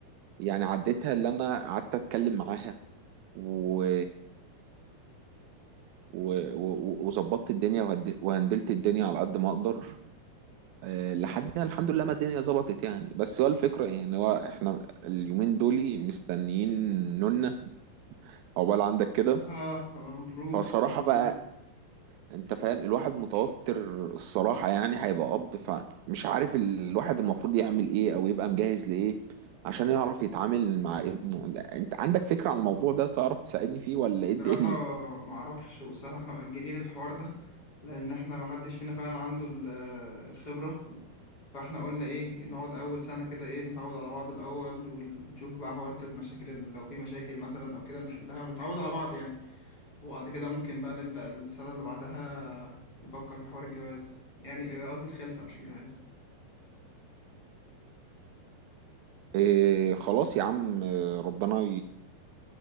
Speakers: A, on the right; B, on the left.
A: يعني عديتها اللي انا قعدت اتكلم معاها و و- و- وظبطت الدنيا وهد- وهندلت الدنيا على قد ما اقدر آه، لحدنا الحمد لله ما الدنيا ظبطت يعني بس هو الفكرة يعني هو احنا اليومين دول مستنيين نونا عقبال عندك كده
B: اه مبروك
A: فصراحة
B: ان شاء الله
A: بقى انت فاهم الواحد متوتر الصراحة يعني هيبقى أب فمش عارف الواحد المفروض يعمل ايه أو يبقى مجهز لإيه عشان يعرف يتعامل مع ابنه لا، انت عندك فكرة عن الموضوع ده تعرف تساعدني فيه ولا ايه الدنيا؟
B: بصراحة ما اعرفش والصراحة احنا مأجلين الحوار ده لان احنا ما حدش فينا فعلا عنده ال- الخبرة فاحنا قلنا ايه نقعد اول سنة كده ايه نتعود على بعض الاول ونشوف بقى حوارات المشاكل اللي لو في مشاكل مثلا او كده نحلها ونتعود على بعض يعني وبعد كده ممكن بقى نبدأ السنة اللي بعدها نفكر في حوار الجواز ده يعني قصدي الخلفة مش الجواز
A: إيه خلاص يا عم آه، ربنا